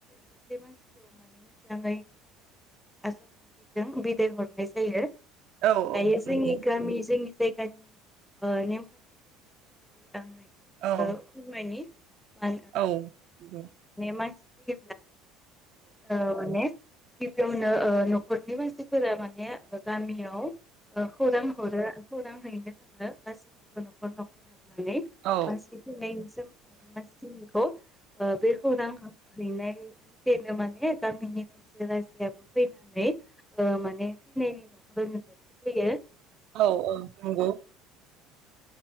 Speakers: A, in the centre; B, on the right (about 65°).
A: सासे मानसिखौ माने मोजाङै आसार खान्थिजों बिदाय हरनाय जायो।
B: औ
A: दायो जोंनि
B: नंगौ
A: गमि जो जायगानि नेमखान्थिफोरनि सोमोन्दै आङो
B: औ
A: ओ फोरमायनि <unintelligible> माने
B: औ नंगौ
A: मानसि <unintelligible> औ माने। गिबियावनो न'खरनि मानसिफोरा माने गामियाव <unintelligible> खौरां हरो। खौरां हैनो थाङो गासैनिबो न'खर न'खर हाबनानै।
B: औ
A: मानसि थैनायनि जों <unintelligible> ओ बेखौरां हैनाय मथेनो माने गामिनि रायजो राजायाबो फैनानै ओ माने थैनायनि न'खराव नुजाथिफैयो।
B: औ नंगौ